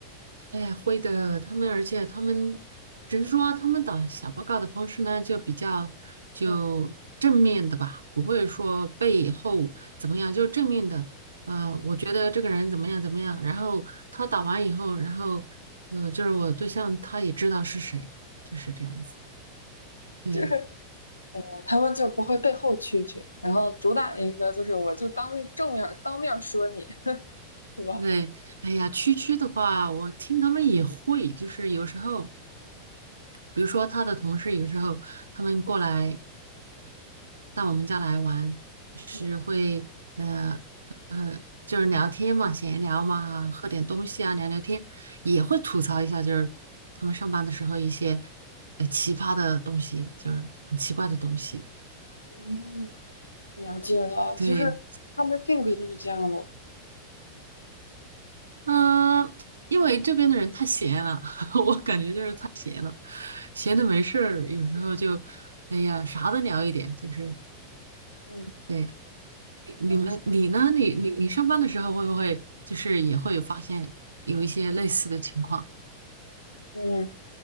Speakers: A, on the right (about 75°); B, on the left (about 80°).
A: 哎，会的，他们，而且他们只是说他们打小报告的方式呢，就比较就正面的吧，
B: 嗯，
A: 不会说背后怎么样，就正面的。呃，我觉得这个人怎么样怎么样，然后他打完以后，然后呃，就是我对象他也知道是谁，就是这样子。对
B: 就是。他们就不会背后蛐蛐，然后主打一个就是我就当面正面当面说你，是吧？
A: 对，哎呀，区区的话，我听他们也会，就是有时候。比如说他的同事有时候他们过来，到我们家来玩，就是会呃呃，
B: 嗯
A: 就是聊天嘛，闲聊嘛，喝点东西啊，聊聊天，也会吐槽一下，就是他们上班的时候一些呃奇葩的东西，就是很奇怪的东西。
B: 嗯，了解了，
A: 对，
B: 就是他们的性格就是这样咯。
A: 嗯、因为这边的人太闲了，<laughs> 我感觉就是太闲了，闲的没事儿，有时候就哎呀啥都聊一点，就是
B: 嗯，
A: 对。你们你呢？
B: 了解。
A: 你你你上班的时候会不会就是也会发现有一些类似的情况
B: 嗯，